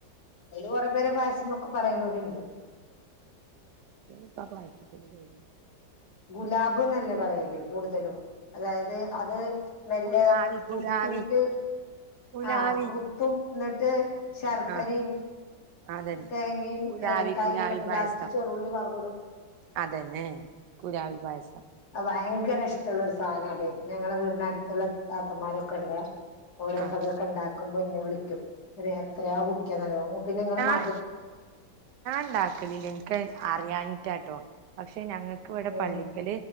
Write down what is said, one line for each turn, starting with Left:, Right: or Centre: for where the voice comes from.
Left: കൊറേ പേര് പായസ് ന്നൊക്കെ പറയുന്നവരുണ്ട്
Right: പിന്നെപ്പ ആ പായസത്തിന്റെ പേര്
Left: ഗുലാബ് എന്നല്ലേ പറയല് കൂടുതലും അതായത് അത് നെല്ല്
Right: കുലാവി കുലാവി
Left: കുത്തിയിട്ട്
Right: കുലാവി
Left: ആ കുത്തും എന്നിട്ട് ശർക്കരി
Right: ആ അതന്നെ
Left: തേങ്ങിം
Right: കുലാവി
Left: ഏലക്കായിം
Right: കുലാവി
Left: ഒക്കെ ഇട്ട്
Right: പായസം
Left: ലാസ്റ്റ് ചേറൂ ള്ളി വറവ്വ്ടും
Right: അതന്നെ കുലാവി പായസം
Left: ഭയങ്കര ഇഷ്ടള്ള ഒരു സാനാദ് ഞങ്ങളെ വീടിൻ്റെ അടുത്തുള്ള താത്തമാരോക്കെണ്ട ഓരൊക്കെ
Right: ആഹ്
Left: അതൊക്കെ ണ്ടാക്കുമ്പോഞ്ഞി ന്നെ വിളിക്കും എത്രയാ കുടിക്കാന്നറിയോ പിന്നെ ങ്ങൾ മ
Right: ഞാൻ ണ്ടാക്കൽ ഇല്ല ൻക്കത് അറിയാഞ്ഞിട്ടാട്ടോ <unintelligible> ഞങ്ങൾക്ക് ഇവിടെ
Left: ഉം
Right: പള്ളിക്കൽ